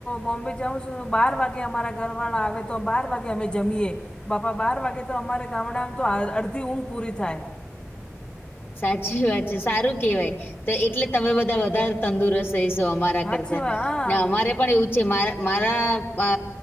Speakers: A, on the left; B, on the left.
A: બોમ્બે જાઉં છું, બાર વાગે અમારા ઘરવાળા આવે, તો બાર વાગે અમે જમીએ. બાપા, બાર વાગે તો, અમારે ગામડામ તો અડધી ઊંઘ પૂરી થાય.
B: સાચી વાત છે, સારું કેવાય, તો એટલે તમે બધા વધારે તંદુરસ્ત રહીસો અમારા
A: હાચી
B: કરતા,
A: વાત હા
B: ને અમારે પણ એવું છે માર, મારા અ